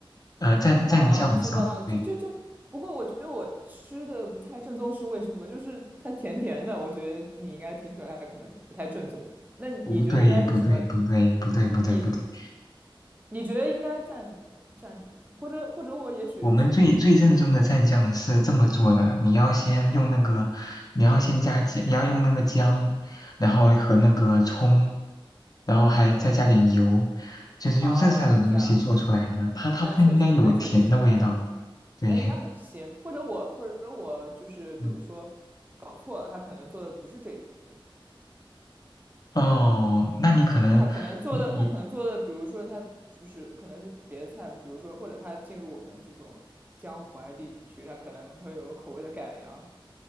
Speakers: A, on the left (about 45°); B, on the right (about 20°).
A: 呃蘸蘸酱上。
B: 啊，知道，就就就，
A: 对，
B: 不过我觉得我吃的不太正宗是为什么？就是它甜甜的，我觉得你应该听出来它可能不太正宗。那你觉得应该是什么？
A: 不对不对不对不对不对不对，
B: 你你觉得应该蘸什么蘸什么呢？或者或者我也许是
A: 我们最最正宗的蘸酱是这么做的：你要先用那个，你要先加姜，你要用那个姜，然后和那个葱，然后还再加点油，就是用这三种东西做出来的。
B: 啊这样子，
A: 它它不应该有甜的味道。
B: 那确实那确实应该
A: 对，
B: 那应该很鲜，或者我或者我就是比如说搞错了，
A: 嗯，
B: 他可能做的不是这种。
A: 哦，那你可能你你
B: 他可能做的，他可能做的，比如说他就是可能是别的菜，比如说或者他进入我们这种江淮地区，他可能会有口味的改良。